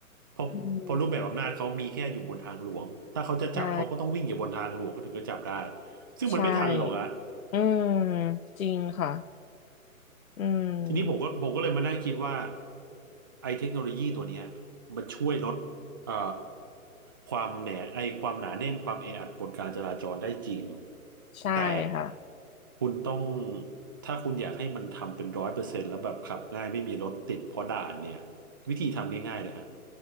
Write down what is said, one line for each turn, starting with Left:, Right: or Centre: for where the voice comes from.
Right: เพราะเพราะรูปแบบอำนาจเขามีแค่อยู่บนทางหลวงถ้าเขาจะจับเขาก็ต้องวิ่งอยู่บนทางหลวงเขาถึงจะจับได้
Left: อืมใช่
Right: ซึ่งมันไม่ทันหรอกอะ
Left: ใช่ อืมจริงค่ะอื
Right: ทีนี้ผมก็ผมก็เลยมานั่งคิดว่า
Left: ม
Right: ไอ้เทคโนโลยีตัวเนี้ยมันช่วยลดเอ่อความแหนาไอ้ความหนาแน่นความแออัดบนการจราจรได้จริง
Left: ใช่ค่ะ
Right: แต่คุณต้องถ้าคุณอยากให้มันทำเป็นร้อยเปอร์เซ็นต์แล้วแบบขับง่ายไม่มีรถติดเพราะด่านเนี่ยวิธีทำง่ายๆเลยฮะ